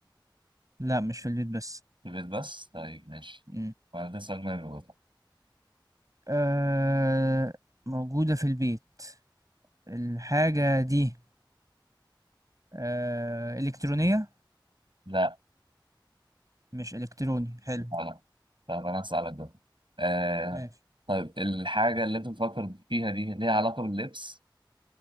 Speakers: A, on the right (about 45°); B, on the right (about 80°).
A: لأ مش في البيت بس،
B: في البيت بس طيب ماشي
A: إمم،
B: وأنا ده سؤال مهم برضه.
A: آآ موجودة في البيت، الحاجة دي آآ إلكترونية؟
B: لا
A: مش إلكتروني، حلو
B: لا لا طب انا هسألك بقى آه
A: ماشي،
B: طيب الحاجة اللي انت بتفكر فيها دي ليها علاقة باللبس؟